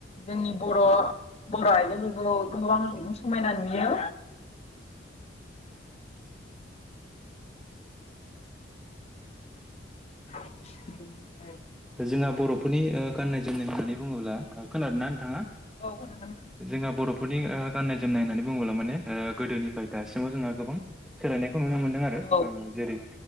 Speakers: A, on the left; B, in the centre.
A: जोंनि बर' बर' आइजोफोरखौ गोबां समायना नुयो। <unintelligible>
B: जोंहा बर'फोरनि ओ गाननाय जोमनाय होननानै बुङोब्ला खोनादों ना नोंथाङा?
A: औ खोनादों।
B: जोंहा बर'फोरनि ओ गाननाय जोमनाय होननानै बुङोब्ला माने ओ गोदोनिफ्राय दासिमाव जोंहा गोबां सोलायनायखौ नुनो मोनदों आरो
A: औ
B: ओ जेरै